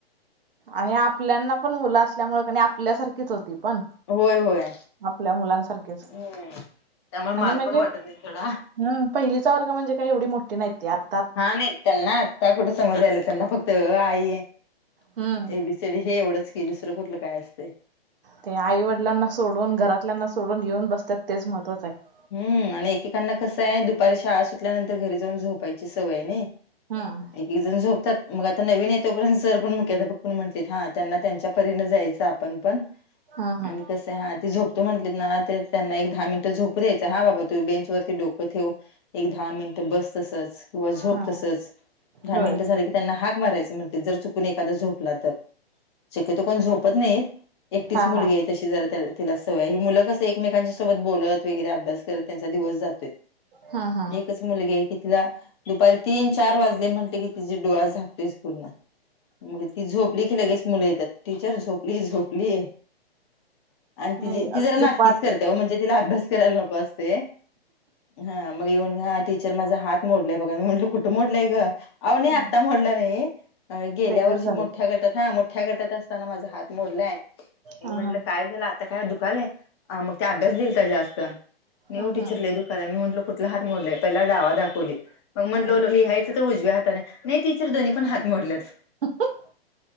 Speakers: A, on the right (about 60°); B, on the left (about 25°).
A: आणि आपल्याना पण मुलं असल्यामुळ कणी आपल्यासारखीच होती पण
B: होय होय
A: आपल्या मुलांसारखीच
B: हम्म त्यामुळे मारू
A: आणि म्हणजे
B: पण वाटत नाही थोडा
A: हम पहिलीचा वर्ग म्हणजे काही एवढी मोठी नाहीत ती आत -
B: हा नाही त्यांना आता कुठं समज याल्या त्यांना फक्त अ आ इ
A: हम्म
B: A B C D C D हे एवढंच की दुसरं कुठलं काय असतय
A: ते आईवडिलांना सोडून घरातल्यांना सोडून येऊन बसत्यात तेच महत्वाचं आहे
B: हम् आणि एकेकांना कसं आहे दुपारी शाळा सुटल्यानंतर घरी जाऊन झोपायची सवय आहे नाई
A: हम
B: एक एक जण झोपत्यात मग आता नवीन येतोपर्यंत जर पण मुख्याध्यापक पण म्हटलेत हा त्यांना त्यांच्या परीन जायचं आपण पण
A: हा हा.
B: आणि कसय हा ती झोपतो म्हटलीत ना त्यांना एक दहा मिनट झोपू - पू द्यायच हा बाबा तू बँच वरती डोक - ठेव एक दहा मिनिट बस तसच किंवा झोप
A: हा
B: तसच दहा
A: होय
B: मिनिटं झाली की - त्यांना हाक माराचं म्ह- ते जर चुकून एखादा झोपला तर शक्यतो कोण झोपत नाहीत एकटीच
A: हा
B: मुलगी
A: हा.
B: आहे तशी जरा तिला सवय ही मुलं क अस एकमेकांच्या सोबत बोलत वगैरे अभ्यास करत त्यांचा दिवस जातोय
A: हा हा.
B: एकच मुलगी आहे की तिला? दुपारी तीन चार, वाजले म्हटले की तिची डोळा झाकतोयच पूर्ण. मग ती झोपली की लगेच मुलं येतात टीचर झोपली झोपली. आणि
A: नाही
B: ती ती
A: अ,
B: जरा नाटकीच
A: दुपार
B: कर हा म्हणजे तिला अभ्यास करायला नको असतय हा मग येऊन टीचर माझ हात मोडलंय बघा मी म्हटलं कुठं मोडलंय ग? आवो नाही
A: हम्म.
B: आता मोडला नाही गेल्या
A: लेडीज
B: वर्षी
A: झाले.
B: मोठ्या गटात हा मोठ्या गटात अस तान माझ हात मोडलाय म्हटलं
A: हा
B: मी म्हणलं
A: हा
B: काय झालं? आता काय दुखालय मग त्या अभ्यास दिलता जास्त नई
A: हा
B: ओ टीचर
A: हा
B: लई खरं हाय. मी म्हटल कुठला हात मोडलाय पहिला डावा दाखवली मग म्हटलो
A: हा
B: लिहाय तीत उजव्या हाताने नाही टीचर दोन्ही पण हात मोडल्यात.
A: अहं अहं.